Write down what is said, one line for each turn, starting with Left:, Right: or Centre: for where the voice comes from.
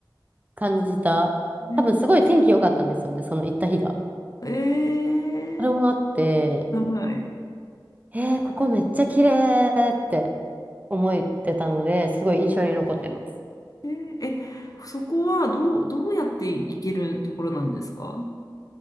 Right: 感じた。
Left: え
Right: 多分すごい天気良かったんですよね、その行った日が。
Left: ー、え
Right: それもあって、
Left: ーはい。
Right: えー、ここめっちゃ綺麗って思ってたので、すごい印象に残ってます。
Left: えー、え、そこはどう、どうやって行けるところなんですか